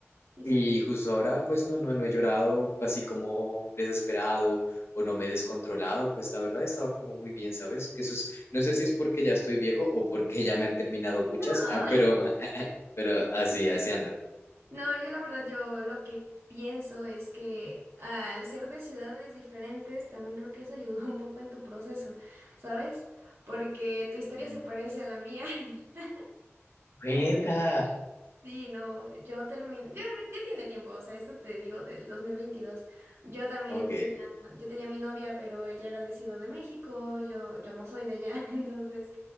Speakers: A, on the right; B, on the left.
A: sí.
B: Y
A: sí.
B: justo ahora, pues no, no, no he llorado así como desesperado o no me he descontrolado, pues la verdad he estado como muy bien, ¿sabes? Que eso es, no sé si es porque ya estoy viejo o porque ya me han terminado
A: No.
B: muchas, ah, pero,
A: <laughs>
B: <laughs> pero así, así ando.
A: No, yo la verdad, yo lo que pienso es que al ser de ciudades diferentes, también creo que eso ayudó <laughs> un poco en tu proceso, ¿sabes? Porque tu historia
B: Mm,
A: se parece a la mía. <laughs>
B: Cuenta.
A: Entonces, sí, no, yo terminé, ya, ya tiene tiempo, o sea, esto te digo del 2022. Yo también
B: Ok.
A: tenía, yo tenía mi novia, pero ella era de Ciudad de México, yo, yo no soy de allá, <laughs> entonces,